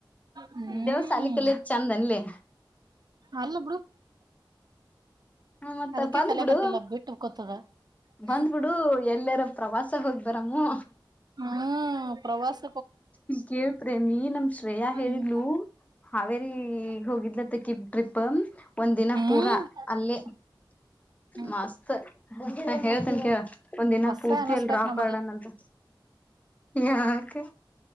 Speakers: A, on the right (about 55°); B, on the left (about 15°).
A: ಹ್ಮ್
B: ದೆವ್ವ ಸಾಲಿ ಕಲಿದ ಚೆಂದ ಅನ್ಲೆ.
A: ಅಲ್ಲ ಬುಡು
B: ಹ ಮತ್ತ
A: ಅದಕ್ಕೆ
B: ಬಂದ್ಬಿಡು
A: ಕಲಕತಿಲ್ಲ ಬಿಟ್ಟ ಕೋತದ.
B: ಬಂದ್ಬಿಡು
A: ಹ್
B: ಎಲ್ಲರ ಪ್ರವಾಸ ಹೋಗ್ ಬರಮ್ಮು
A: ಹ್ಮ್ ಪ್ರವಾಸ
B: ಈ ಕೇ ಪ್ರೇಮಿ ನಮ್ ಶ್ರೇಯಾ ಹೇಳಿದ್ಲು
A: ಹ್ಮ್
B: ಹಾವೇರಿ ಹೋಗಿದ್ಲತ ತಿಕಿ ಟ್ರಿಪ್ ಒಂದ್ ದಿನ
A: ಹ್ಮ್
B: ಪೂರಾ ಅಲ್ಲೇ.
A: <inaudible>
B: ಮಸ್ತ್ ನಾ ಹೇಳ್ತನ್ ಕೇಳ್ ಒಂದ ದಿನ
A: ಹಸ
B: ಪೂರ್ತಿ
A: ಅನಸ್ಬೇಕ್
B: ಅಲ್ ರಾಕ್
A: ನಮಗ
B: ಗಾರ್ಡನ್ ಅಂತ. ಯಾಕೆ